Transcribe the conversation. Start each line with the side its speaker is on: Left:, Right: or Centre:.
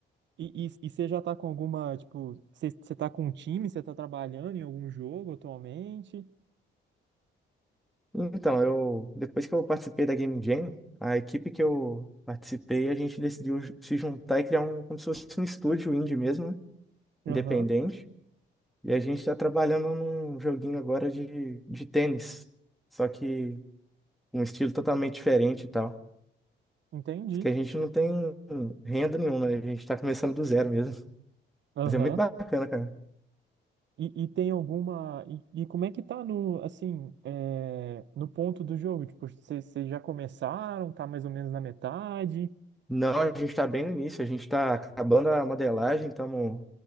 Right: E, e, e você já tá com alguma, tipo, você você tá com um time, você tá trabalhando em algum jogo atualmente?
Centre: Então, eu, depois que eu participei da Game Jam, a equipe que eu participei, a gente decidiu ju- se juntar e criar um, como se fosse um estúdio indie mesmo, né?
Right: Aham,
Centre: independente. E a gente tá trabalhando num joguinho agora de, de tênis. Só que um estilo totalmente diferente e tal.
Right: entendi.
Centre: Porque a gente não tem renda nenhuma, né? A gente tá começando do zero mesmo.
Right: Aham.
Centre: Mas é muito bacana, cara.
Right: E, e tem alguma. E, e como é que tá no, assim, é, no ponto do jogo? Tipo, vocês vocês já começaram, tá mais ou menos na metade?
Centre: Não, a gente tá bem no início, a gente tá acabando a modelagem, estamos